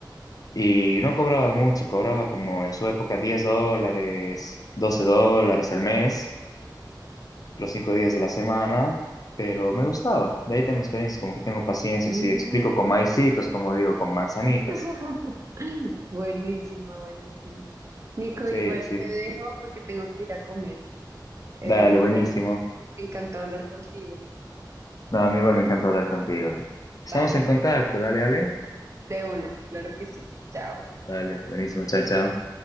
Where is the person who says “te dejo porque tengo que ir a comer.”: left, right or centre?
Right